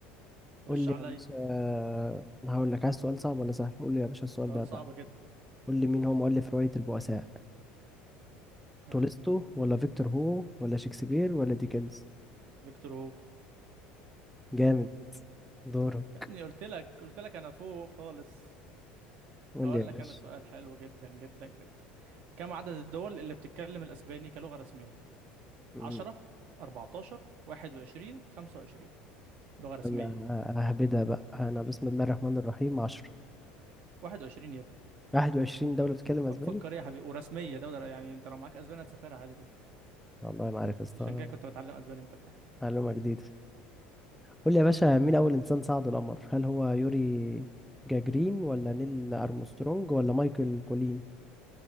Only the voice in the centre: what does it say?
قول لي
يا باشا آه، هقول لك عايز سؤال صعب ولا سهل قول لي يا باشا السؤال
ده بقى
قول لي مين هو مؤلف رواية البؤساء
تولستو ولا فيكتور هو ولا شكسبير ولا ديكنز
جامد دورك
قول
لي يا
باشا
مم.
يلا ههبدها بقى انا بسم الله الرحمن الرحيم 10
21 دولة بتتكلم اسباني
والله ما عارف يا اسطى
معلومة جديدة قول لي يا باشا مين اول انسان صعد القمر هل هو يوري جاجرين ولا نيل ارمسترونج ولا مايكل كولين